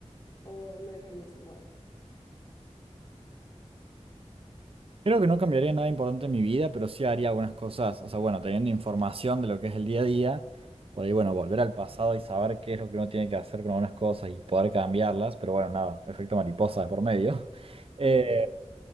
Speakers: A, on the left (about 35°); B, on the right (about 50°).
A: o lo dejarías igual?
B: Creo que no cambiaría nada importante en mi vida, pero sí haría algunas cosas, o sea, bueno, teniendo información de lo que es el día a día, por ahí, bueno, volver al pasado y saber qué es lo que uno tiene que hacer con algunas cosas y poder cambiarlas, pero bueno, nada, efecto mariposa de por medio. <laughs> Eh,
A: Ujú.